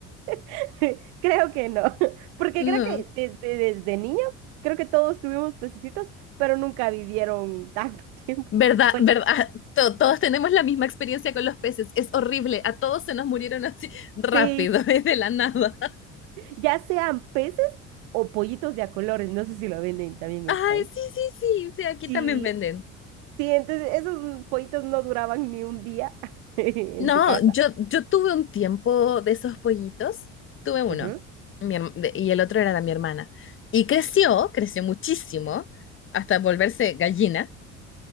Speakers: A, on the right; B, on the left.
A: <laughs> Creo que no, <laughs> porque
B: No.
A: creo que desde, desde niño, creo que todos tuvimos pececitos, pero nunca vivieron tanto <laughs> tiempo.
B: ¿Verdad?
A: O el-
B: ¿Verdad? To- todos tenemos la misma experiencia con los peces. Es horrible. A todos se nos murieron así rápido,
A: Sí,
B: <laughs> de la nada.
A: ya sean peces o pollitos de a colores, no sé si lo venden también
B: Ay,
A: en tu país.
B: sí, sí, sí. Sí, aquí
A: Sí,
B: también venden.
A: Sí, entonces esos mm, pollitos no duraban ni un día <laughs> en
B: No,
A: tu casa.
B: yo, yo tuve un tiempo de esos pollitos. Tuve uno.
A: Ujú.
B: Mi herm- de- y el otro era de mi hermana. Y creció, creció muchísimo, hasta volverse gallina.